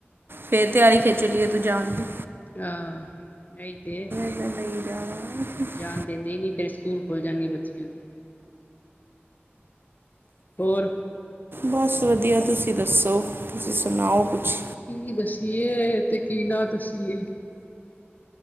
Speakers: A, on the right (about 55°); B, on the left (about 40°).
A: ਫੇਰ ਤਿਆਰੀ ਖਿੱਚ ਲਈ ਏ। ਤੂੰ ਜਾਦੀ
B: ਆਹ ਇਹੀ ਤੇ,
A: ਕਿਹਾ ਨਹੀਂ ਜਾਣਾ
B: ਜਾਣ ਦਿੰਦੇ ਹੀ ਨਹੀਂ ਫਿਰ ਸਕੂਲ ਖੁੱਲ ਜਾਣਗੇ ਬੱਚੀਆਂ ਦੇ। ਹੋਰ।
A: ਬਸ ਵਧੀਆ, ਤੁਸੀਂ ਦੱਸੋ? ਤੁਸੀਂ ਸੁਣਾਓ
B: ਕੀ
A: ਕੁਛ
B: ਦੱਸੀਏ ਤੇ, ਕੀ ਨਾ ਦੱਸੀਏ।